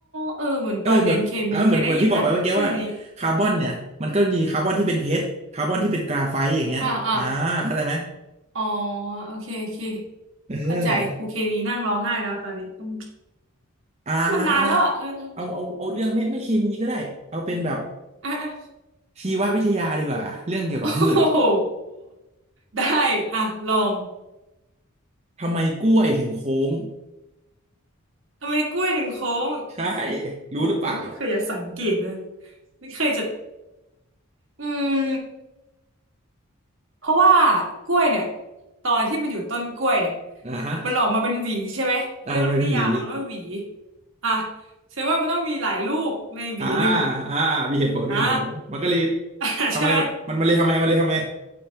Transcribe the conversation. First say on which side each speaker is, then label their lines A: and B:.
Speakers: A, on the right; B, on the right.
A: เออเหมือนตอนเรียนเคมีเคยได้ยินนะชื่อนี้
B: เออเหมือนอ่าเหมือนเหมือนที่บอกไปเมื่อกี้ว่าคาร์บอนเนี่ยมันก็มีคาร์บอนที่เป็นเพชรคาร์บอนที่เป็นกราไฟต์อย่างเงี้ยอ่าเข้าใจไหม
A: อ่าอ่าอ๋อโอเคโอเค
B: เออ
A: เข้าใจครูเคมีนั่งร้องไห้แล้วตอนนี้อืม
B: อ่า
A: มันนานแล้วอ่ะเออเออ
B: เอาเอาเอาเรื่องไม่ไม่เคมีก็ได้เอาเป็นแบบ
A: อ่ะอ่ะ
B: ชีววิทยาดีกว่าเรื่องเกี่ยวกับพืช
A: <laughs> โอ้โหได้อ่ะลอง
B: ทำไมกล้วยถึงโค้ง
A: ทำไมกล้วยถึงโค้ง
B: ใช่
A: โอ้โหไม่เคยจะสังเกตเลย
B: รู้หรือเปล่า
A: ไม่เคยจะอืม เพราะว่ากล้วยเนี่ยตอนที่มันอยู่ต้นกล้วยเนี่ย
B: อ่าฮะ
A: มันออกมาเป็นหวีใช่ไหมเขาเรียกนิยามมันว่าหวี
B: อ่ามันเป็นหวี
A: อ่ะแสดงว่ามันต้องมีหลายลูกในหวีหนึ่ง
B: อ่าอ่ามีเหตุผลมีเหตุผลมันก็เลย
A: อ่า <laughs>
B: ทำไมมันมันมันเลยทำไมมันเลยทำไม
A: ใช่ไหม